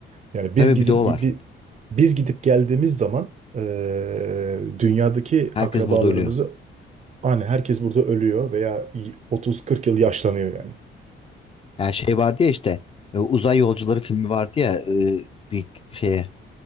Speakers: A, on the right (about 35°); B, on the left (about 30°).
A: Yani
B: Tabii
A: biz gidip
B: bir de o
A: gibi
B: var.
A: biz gidip geldiğimiz zaman eee, dünyadaki
B: Herkes
A: akrabalarımızı
B: burada ölüyor.
A: hani herkes burada ölüyor veya y- 30-40 yıl yaşlanıyor yani.
B: Yani şey vardı ya işte e, uzay yolcuları filmi vardı ya e, bir şeye